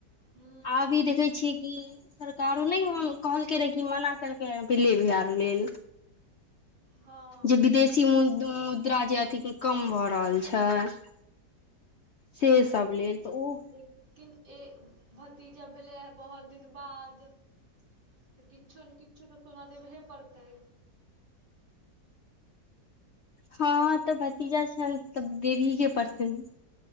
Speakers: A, on the right (about 75°); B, on the left (about 60°).
A: ह
B: आबी देखै छियै कि सरकारो नहि कहलकै रहे कि मना केलकै पी ले भिहार लिल
A: हँ
B: जे विदेश षी मुद्रा जे अथि कम भऽ रहल छै <unintelligible> <unintelligible> से सब
A: लेकिन
B: लेल तऽ ओ
A: ले किन ए भतीजा भेलै हेए बहुत दिन बाद तऽ किछु ने किछु तऽ सोना देब हे पड़तै
B: हँ तऽ भतीजा छेऽल त देवी के परतै